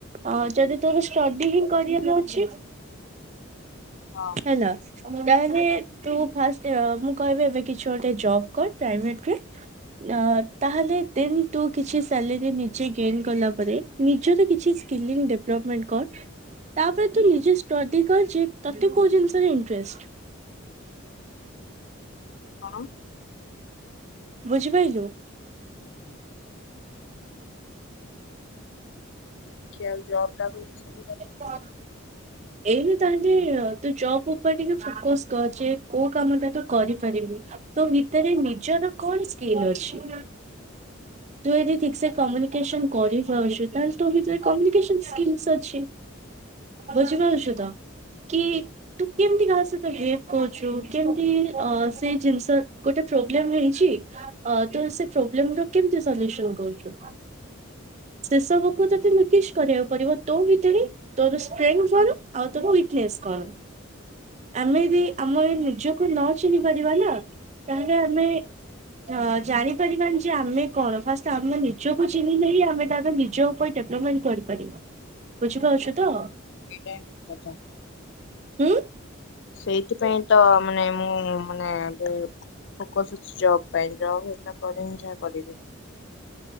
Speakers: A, on the right; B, on the left.
A: ଅ ଯଦି ତୋର ଷ୍ଟଡି ହିଁ କରିବାର ଅଛି
B: ହଁ।
A: ହେଲା ତାହେଲେ ତୁ ଫାଷ୍ଟ ର କହିବେ ଏବେ କିଛି ଗୋଟେ ଜବ୍ କର ପ୍ରାଇଭେଟ ରେ ଅ ତାହେଲେ ଦେନ୍ ତୁ କିଛି ସାଲେରି ନିଜେ ଗେନ୍ କଲା ପରେ ନିଜର କିଛି ସ୍କିଲିଂ ଡେଭଲପମେଣ୍ଟ କର୍। ତାପରେ ତୁ ନିଜେ ଷ୍ଟଡି କର ଯେ ତତେ କୋଉ ଜିନିଷରେ ଇଣ୍ଟ୍ରେଷ୍ଟ୍।
B: ହଁ।
A: ବୁଝିପାଇଲୁ?
B: ଦେଖିଆ ଜବ ଟା ବି ମିଳୁଚି କି ନାଇଁ।
A: ହଁ ଏଇ ଭିତରେ ବି ତୁ ଜବ୍ ଉପରେ ଟିକେ ଫୋକସ୍ କର ଯେ କୋଉ କାମ ଟା ତୁ କରିପାରିବୁ। ତୋ ଭିତରେ ନିଜର କଣ ସ୍କିଲ୍ ଅଛି? ତୁ ଯଦି ଠିକ୍ ସେ କମ୍ୟୁନିକେସନ କରିପାରୁଛୁ ତାହେଲେ ତୋ ଭିତରେ କମ୍ୟୁନିକେସନ ସ୍କିଲସ୍ ଅଛି। ବୁଝିପାରୁଚୁ ତ? କି ତୁ କେମିତି କାହା ସହିତ ବିହେବ କରୁଛୁ କେମିତି ଅ ସେ ଜିନିଷ ଗୋଟେ ପ୍ରୋବ୍ଲେମ ହେଇଛି, ଅ ତ ସେ ପ୍ରୋବ୍ଲେମ ର କେମିତି ସଜେଶନ କହୁଛୁ? ସେ ସବୁକୁ ତତେ ନୋଟିସ କରିବାକୁ ପଡ଼ିବ ତୋ ଭିତରେ ତୋର ସ୍ଟ୍ରେନ୍ଥ କଣ ଆଉ ତୋର ୱିକନେସ୍ କଣ? ଆମେ ଯଦି, ଆମେ ଏ ନିଜକୁ ନ ଚିହ୍ନି ପାରିବା ନା ତାହେଲେ ଆମେ ତ ଜାଣିପାରିବାନି ଯେ ଆମେ କଣ, ଫାଷ୍ଟ ଆମେ ନିଜକୁ ଚିହ୍ନିଲେ ହିଁ ଆମେ ତା ନିଜ ଉପରେ ଡେଭଲପମେଣ୍ଟ କରିପାରିବା। ବୁଝିପାରୁଛୁ ତ୍,
B: ଠିକ୍ କଥା।
A: ହୁଁ?
B: ସେଇଥିପାଇଁ ତ ମାନେ ମୁଁ ମାନେ ଏ ଫୋକସ୍ ଅଛି ଜବ୍ ପାଇଁ, ଜବ୍ ହେଲା ପରେ ହିଁ ଯାହା କରିବି।